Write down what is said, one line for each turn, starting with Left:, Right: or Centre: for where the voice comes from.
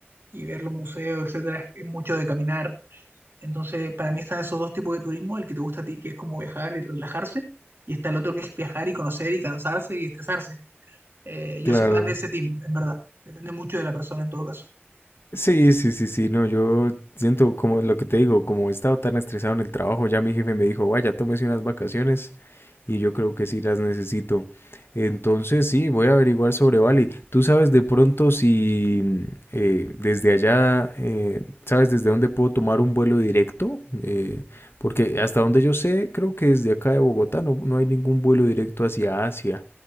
Right: y ver los museos, etcétera, es mucho de caminar. Entonces, para mí están esos dos tipos de turismo, el que te gusta a ti, que es como viajar y relajarse, y está el otro que es viajar y conocer y cansarse y estresarse. Eh,
Left: claro.
Right: yo soy más de ese team, en verdad. Depende mucho de la persona en todo caso.
Left: Sí, sí, sí, sí, no, yo siento como lo que te digo, como he estado tan estresado en el trabajo, ya mi jefe me dijo, vaya, tómese unas vacaciones y yo creo que sí las necesito. Entonces, sí, voy a averiguar sobre Bali. ¿Tú sabes de pronto si mm, eh, desde allá, eh, sabes desde dónde puedo tomar un vuelo directo? Eh, porque hasta donde yo sé, creo que desde acá de Bogotá no, no hay ningún vuelo directo hacia Asia.